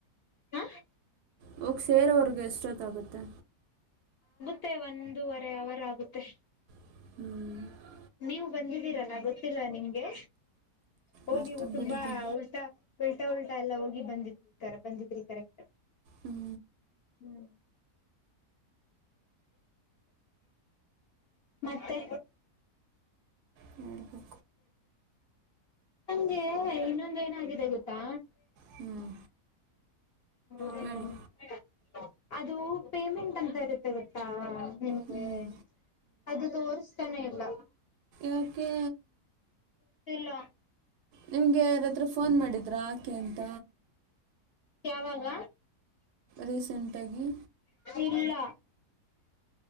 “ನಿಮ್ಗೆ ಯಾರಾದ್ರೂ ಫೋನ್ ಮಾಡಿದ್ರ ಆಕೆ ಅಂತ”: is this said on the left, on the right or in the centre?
Right